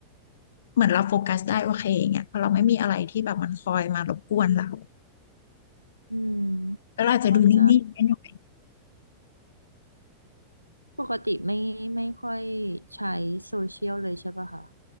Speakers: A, on the left; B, on the right.
A: เหมือนเราโฟกัสได้โอเคอย่างเงี้ยเพราะเราไม่มีอะไรที่แบบมันคอยมารบกวนเรา
B: <laughs> อืม
A: แล้วเราอาจจะดูนิ่งๆไปหน่อย
B: เข้าใจปกติไม่ไม่ค่อยใช้โซเชียลเลยใช่ปะคะ